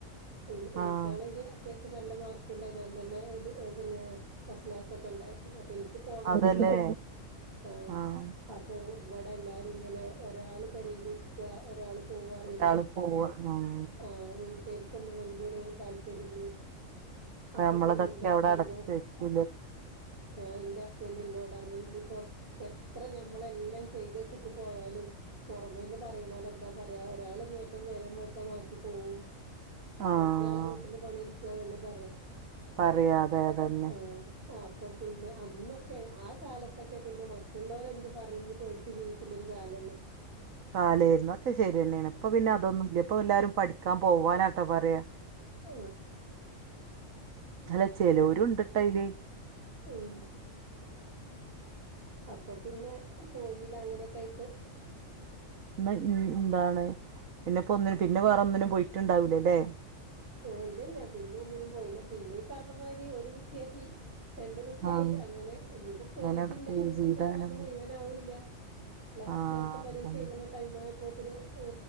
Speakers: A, on the right; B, on the right.
A: എനി എനിക്കാണെങ്കി
B: ആഹ്
A: അത്യാവശ്യം നല്ല മാർക്ക്ണ്ടായ്നു അന്നന്നേ ത് പിന്നെ ഫസ്റ്റ്ക്ലാസൊക്കെ ഉണ്ടായിരുന്നു എനിക്ക് പോണംന്നുണ്ടായിന്
B: അതല്ലേ
A: ആ
B: ആഹ്
A: അപ്പൊ ഇവിടെ എല്ലാരും ഇങ്ങനെയാ ഒരാള് പെരേലിക്കാ ഒരാള് പോവാറിയുമ്പളെ
B: ഒരാള് പോവ ഉം
A: ആഹ് വീട്ടേര് ഒന്നും വല്യോര് താല്പര്യല്ലേര്ന്നു അപ്പൊ
B: നമ്മളതൊക്കെ
A: പിന്നെ ന്റെഹസ്ബന്റോ
B: അവിടെ അടച്ച് വെക്കൂലേ
A: ആ എന്റെ ഹസ്ബന്റിനോട് അ കാരണം ഇനിയിപ്പോ എത്ര ഞമ്മള് എല്ലാം ചെയ്തേച്ചിട്ട് പോയാലും പുറമേ നിന്ന് പറയണര് എന്താ പറയാ ഒരാളെ <unintelligible> നേരം വെളുത്ത് മാറ്റിപ്പോവും
B: ആഹ്
A: മറ്റേയാള് വീട്ടില് പണിയെടു അതല്ലേ പറയാ
B: പറയാതെ അതന്നെ
A: ആഹ് അപ്പൊ പിന്നെ അന്നൊക്കെ ആകാലത്തൊക്കെ പിന്നെ മറ്റുള്ളവരെ എന്ത് പറയുന്നു പേടിച്ചു ജീവിച്ചിരുന്ന ഒരു കാലല്ലെ
B: കാലേയ്ര്ന്നു അഒക്കെ ശരിയെന്നേണ് ഇപ്പ പിന്നെ അതൊന്നുംല്ല ഇപ്പ എല്ലാരും പഠിക്കാൻ പോവാനാട്ടോ പറയാ
A: ഉ
B: അല്ല ചെലോരുണ്ട്ട്ടോ അയ്ല്
A: ഉം അപ്പൊ പിന്നെ പോയില അങ്ങനെക്കെയ്ട്ട്
B: ന്ന ൻ ന്താണ് പിന്നെപ്പോ ഒന്നിനും പിന്നെ വേറെ ഒന്നിനും പോയിട്ടുണ്ടാവൂലലെ
A: ഇല്ലല്ല്യ പിന്നെ ഒന്നിനും പോയില്ല പിന്നെ പറഞ്ഞ മാതിരി ഒരു കുട്ട്യാഹി രണ്ട് കുട്ട്യായി
B: ആഹ്
A: അങ്ങനെ ഇനിപ്പോ പോയിട്ടുണ്ടായിനെങ്കിലും
B: അങ്ങനട് പോയി ചെയ്താനം
A: ചെലപ്പോ അന്ന് മുയുവനാവുല്ല പ്ലസ്
B: ആഹ്
A: ടു ഒക്കെ പരീക്ഷ
B: അതന്നെ
A: എഴുത്ണ ടൈമായപ്പോത്ത്ന് ഏ